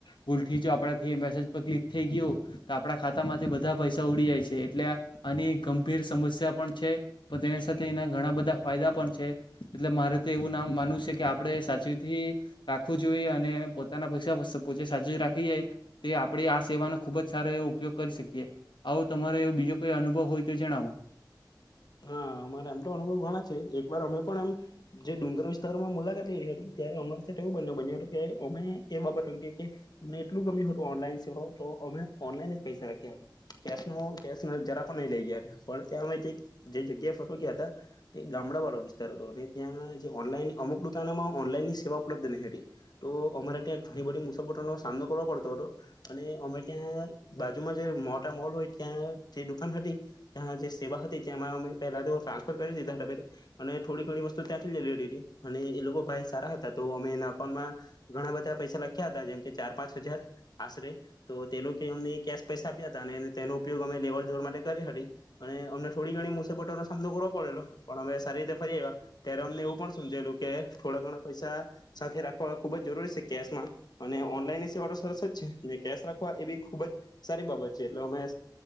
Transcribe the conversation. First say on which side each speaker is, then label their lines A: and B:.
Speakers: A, on the left (about 80°); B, on the left (about 60°).
A: ભુલઠી જો આપણા થી મેસેજ પર ક્લિક થઈ ગયું તો આપડા ખાતામાંથી બધા પૈસા ઉડી જાય છે. એટલે આની ગંભીર સમસ્યા પણ છે પણ તેની સાથે એના ઘણા બધા ફાયદા પણ છે એટલે મારે તો એવું નામ માનવું છે કે આપણે સાચવીથી રાખવું જોઈએ અને પોતાના પૈસા પોતે સાચવી રાખી જાય તે આપણે આ સેવાનો ખૂબ જ સારો એવો ઉપયોગ કરી શકીએ આવું તમારેવ. બીજો કોઈ અનુભવ હોય તો જણાવો.
B: હા અમારા એમ તો અનુભવ ઘણા છે એક વાર અમે પણ એમ જે ડુંગર વિસ્તારોમાં મુલાકાત લીધી હતી ત્યારે અમારી સાથે એવું બ બન્યું હતું કે અમે એ બાબત અંગે કે અમને એટલું ગમ્યું હતું ઓનલાઈન સેવાઓ તો અમે ઓનલાઈન જ પૈસા રાખ્યા હતા કે ન કે જરા પણ નહી લઈ ગયા હતા પણ તં અમે. જે જગ્યાએ ફટો ગયા હતા તે ગામડા વાળો વિસ્તાર હતો અને ત્યાં જે ઓનલાઈન અમુક દુકાનોમાં ઓનલાઈનની સેવા ઉપલબ્ધ નહી હતી તો અમારે ત્યાં ઘણી બધી મુસાબટ નો સામનો કરવો પડતો હતો અને અમે ત્યાં બાજુમાં જે મોટા મોલ હોય ત્યાં જે દુકાન હતી ત્યાં જે સેવા હતી ત્યામાં અમે પેલા તો ટ્રાન્સફર કરી દીધા હતા અને થોડી ઘણી વસ્તુ ત્યાંથી લઈ લીથી હતી અને એ લોકો ભાઈ સારા હતા તો અમે એના અકાઉન્ટમાં ઘણા બધા પૈસા લખ્યા હતા જેમ કે ચાર પાંચ હજાર આશરે તો તે લોકો અમને કેશ પૈસા આપ્યા હતા અને તેનો ઉપયોગ અમે લેવડ દેવડ માટે કરી હતી અને અમને થોડી ઘણી મુસાબટોનો સામનો કરવો પડેલો પણ અમે સારી રીતે ફરી આવ્યા ત્યારે અમને એવું પણ સમજાયેલું કે થોડા ઘણા પૈસા સાથે રાખવા ખૂબ જ જરૂરી છે કેશમાં અને ઓનલાઈનની સેવા સરસ જ છે અને કેશ રાખવા એ બી ખૂબ જ સારી બાબત છે એટલે અમે